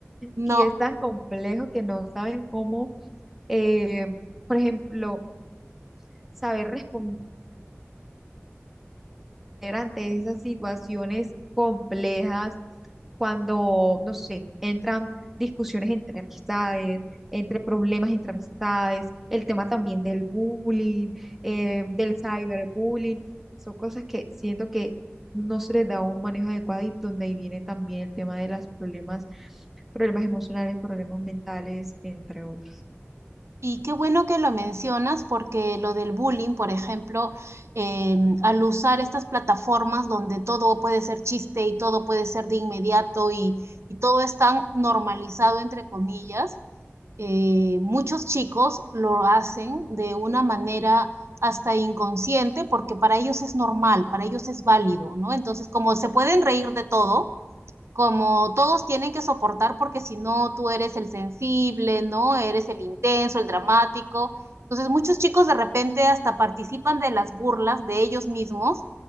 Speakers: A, on the right (about 75°); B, in the centre.
A: No,
B: Y es tan complejo que no saben cómo, eh, por ejemplo, saber responder. ante esas situaciones complejas, cuando, no sé, entran discusiones entre amistades, entre problemas entre amistades, el tema también del bullying, eh, del cyberbullying, son cosas que siento que no se les da un manejo adecuado y donde ahí viene también el tema de los problemas, problemas emocionales, problemas mentales, entre otros.
A: Y qué bueno que lo mencionas porque lo del bullying, por ejemplo, eh, al usar estas plataformas donde todo puede ser chiste y todo puede ser de inmediato y, y todo es tan normalizado, entre comillas, eh, muchos chicos lo hacen de una manera hasta inconsciente porque para ellos es normal, para ellos es válido, ¿no? Entonces, como se pueden reír de todo, como todos tienen que soportar porque si no tú eres el sensible, ¿no? Eres el intenso, el dramático. Entonces muchos chicos de repente hasta participan de las burlas de ellos mismos,